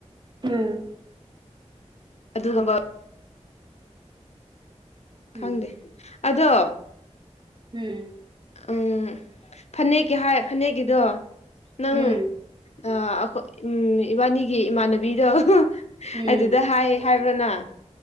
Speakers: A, on the right; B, on the left.
A: ꯎꯝ
B: ꯑꯗꯨ <unintelligible>
A: ꯎꯝ
B: ꯈꯪꯗꯦ ꯑꯗꯣ
A: ꯎꯝ
B: ꯎꯝ ꯐꯅꯦꯛꯀꯤ ꯍꯥꯏ ꯐꯅꯦꯛꯀꯤꯗꯣ ꯅꯪ
A: ꯎꯝ
B: ꯑ ꯑꯩꯈꯣꯏ ꯎꯝ ꯏꯕꯥꯅꯤꯒꯤ ꯏꯃꯥꯟꯅꯕꯤꯗꯣ
A: ꯎꯝ ꯎꯝ
B: ꯑꯗꯨꯗ ꯍꯥꯏꯌꯦ ꯍꯥꯏꯕ꯭ꯔꯥꯅ